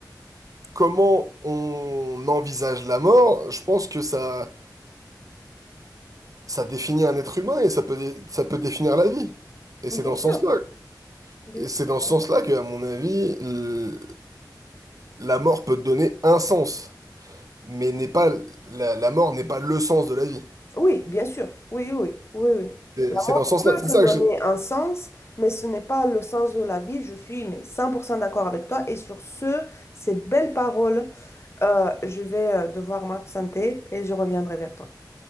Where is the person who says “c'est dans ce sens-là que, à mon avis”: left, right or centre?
Right